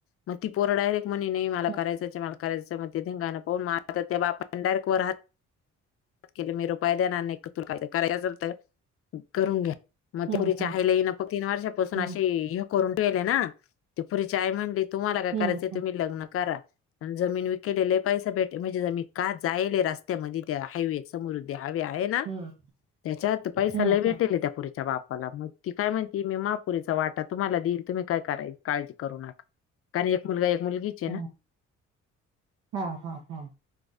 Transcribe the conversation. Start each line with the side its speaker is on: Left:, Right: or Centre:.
Left: मग ती पोर डायरेक्ट म्हणे, नही मला
Right: हं,
Left: कराय आहे. मला करायचं, मग ते धिंगाणा पाहून म आता त्या बापान डायरेक्ट वर हात के मी रुपाय देणार नाही. तु काय कराय असेल तर करून घ्या. मग
Right: हं,
Left: ते पोरींचे
Right: हं,
Left: आई <unintelligible> तीन वर्षांपासून
Right: हं,
Left: ते हे करून ले ना. ती पोरी चे आई म्हणे तुम्हाला काय
Right: हं,
Left: करायचंय
Right: हं,
Left: तुम्ही लग्न करा. जमीन विकलेला लय पैसा भेट म्हणजे जमीन का जायलय रस्त्यामध्ये त्या हायवे समोर उ द्या हवी आहे ना.
Right: हं,
Left: त्याच्यात पैसाला
Right: हं,
Left: भेटेल त्या पोरीच्या बाप <unintelligible> ती काय म्हणती, मी महापोलीचा वाटा तुम्हाला दिल. तुम्ही काय कराय काळजी करू नका. कारण एक मुलगा, एक मुलगीच ये
Right: हं.
Left: ना.
Right: हा हा हा.